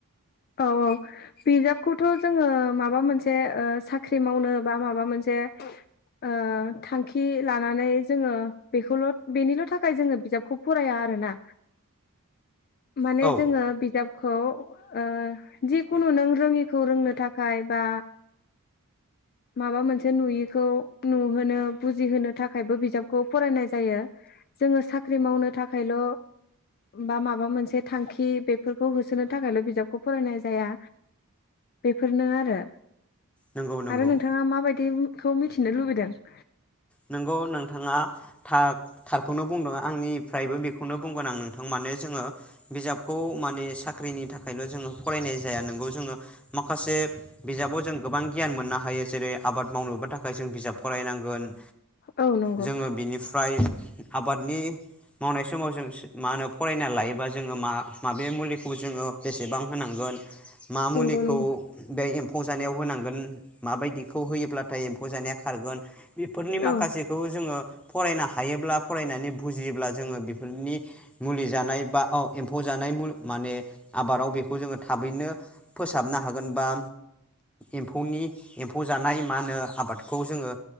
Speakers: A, on the left; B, in the centre.
A: औ औ बिजाबखौथ' जोङो माबा मोनसे ओ साख्रि मावनो बा माबा मोनसे ओ थांखि लानानै जोङो बेखौल' बेनिल' थाखाय जोङो बिजाबखौ फराया आरोना। माने
B: औ
A: जोङो बिजाबखौ ओ जिखुनु नों रोङिखौ रोंनो थाखाय बा माबा मोनसे नुयिखौ नुहोनो बुजिहोनो थाखायबो बिजाबखौ फरायनाय जायो जोङो साख्रि मावनो थाखायल' बा माबा मोनसे थांखि बेफोरखौ होसोनो थाखायल' बिज बिजाबखौ फरायनाय जाया बेफोरनो आरो।
B: नंगौ नंगौ
A: आरो नोंथाङा माबायदिखौ मिथिनो लुबैदों? <inaudible>
B: नोंगौ नों थाङा था-थारखौनो बुंदों आंनिफ्रायबो बेखौनो बुंगोन आं नोंथां माने जोङो बिजाबखौ माने साख्रिनि थाखायल' जोङो फरायनाय जाया नोंगौ जोङो माखासे बिजाबाव जों गोबां गियान मोननो हायो जेरै आबाद मावनोबो थाखा जों बिजाब फरायनांगोन
A: औ नंगौ
B: जोङो बिनिफ्राय आबादनि मावनाय समाव जों मा होनो फरायना लायोबा जोङो मा माबे मुलिखौ जोङो बेसेबां होनांगोन। मा मुलिखौ
A: नंगौ नंगौ
B: बे एम्फौ जानायाव होनांग थांगोन माबायदिखौ होयोब्लाथाय एम्फौ जानाया खारगोन। बेफोरनि माखासेखौ
A: औ
B: जोङो फरायनो हायोब्ला फरायनानै बुजियोब्ला जोङो बेफोरनि मुलि जानाय बा ओ एम्फौ जानाय मु माने आबादाव बेखौ जोङो थाबैनो फोसाबनो हागोन बा एम्फौनि एम्फौ जानाय मा होनो आबाद खौ जोङो